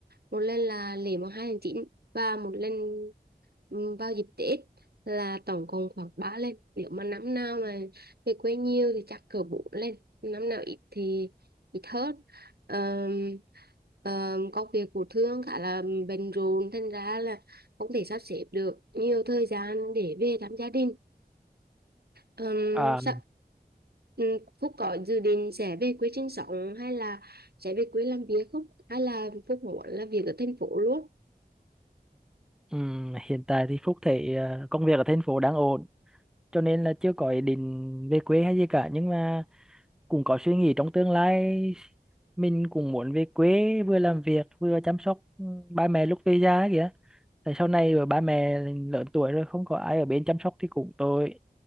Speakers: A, on the right (about 75°); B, in the centre.
A: một lần là lễ mùng 2 tháng 9 và một lần ừm, vào dịp Tết là tổng cộng khoảng 3 lần nếu mà năm nào mà về quê nhiều thì chắc cỡ 4 lần năm nào ít thì ít hơn Ờm, ờm, công việc của Thương khá là bận rộn thành ra là không thể sắp xếp được nhiều thời gian để về thăm gia đình Ừm,
B: à,
A: sao ừm, Phúc có dự định sẽ về quê sinh sống hay là sẽ về quê làm việc không hay là Phúc muốn làm việc ở thành phố luôn
B: ừm, hiện tại thì Phúc thấy ờ, công việc ở thành phố đang ổn cho nên là chưa có ý định về quê hay gì cả nhưng mà cũng có suy nghĩ trong tương lai mình cũng muốn về quê vừa làm việc vừa chăm sóc ừ, ba mẹ lúc về già ấy kìa tại sau này rồi ba mẹ lớn tuổi rồi không có ai ở bên chăm sóc thì cũng tội